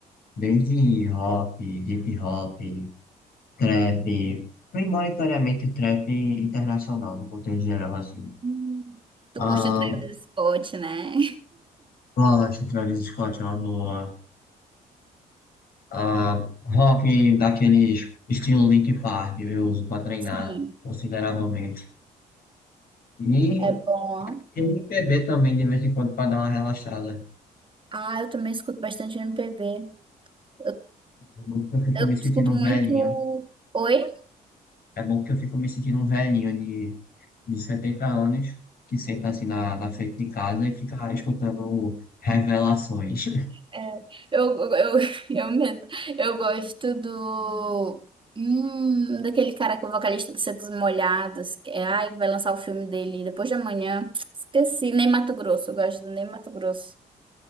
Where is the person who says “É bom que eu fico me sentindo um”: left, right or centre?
Left